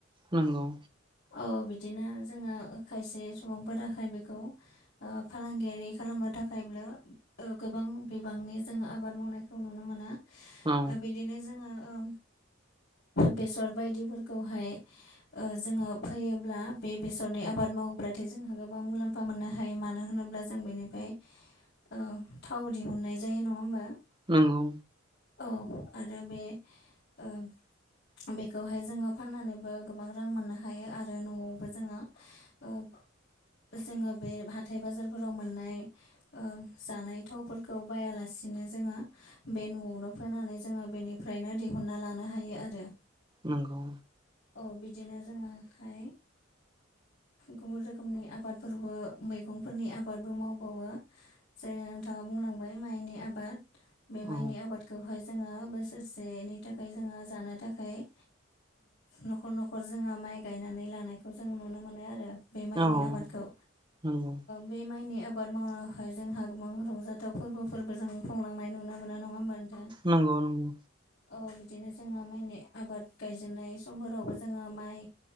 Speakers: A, on the right (about 25°); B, on the left (about 60°).
A: नंगौ।
B: औ बिदिनो जोङो खायसे सुबुंफोरखाय बेखौ ओ फालांगियारि खालामनो थाखायबो ओ गोबां बिबांनि जोङो आबाद मावनायखौ नुनो मोनो
A: औ
B: ओ बिदिनो जोङो ओ बेसर बायदिफोरखौहाय ओ जोङो फैयोब्ला बे बेसरनि आबाद मावोब्लाथाय जोंहा गोबां मुलाम फा मोननो हायो मानो होनोब्ला जों बेनिफ्राय ओ थाव दिहुननाय जायो नङा होमबा
A: नोंगौ
B: औ आरो बे ओ बेखौहाय जोङो फाननानैबो गोबां रां मोननो हायो आरो न'आवबो जोङो ओब जोङो बे हाथाय बाजारफोराव मोननाय ओ जानाय थावफोरखौ बायालासिनो जोङो बे न'आवनो फोनानै जोङो बेनिफ्रायनो दिहुनन्ना लानो हायो आरो
A: नंगौ
B: औ बिदिनो जोङोहाय गुबुन रोखोमनि आबादफोरबो मैगंफोरनि आबादबो माववो। जेरै नोंथाङा बुंलांबाय माइनि आबाद बे माइनि
A: औ
B: आबादखौहाय जोङो बोसोरसेनि थाखाय जोङो जानो थाखाय। न'खर न'खर जोङो माइ गायनानै लानायखौ जों नुनो मोनो आरो। बे माइनि
A: औ नंगौ
B: आबादखौ
A: नंगौ
B: बे माइनि आबाद मावनायखाय जोंहा गोबां रंजाथाव फोरबोफोरबो जों खुंलांनाय नुनो मोनो नङा होमबा नों
A: नंगौ नंगौ
B: औ बिदिनो जोङो मानि आबाद गायजेननाय समफोरावबो जोङो माइ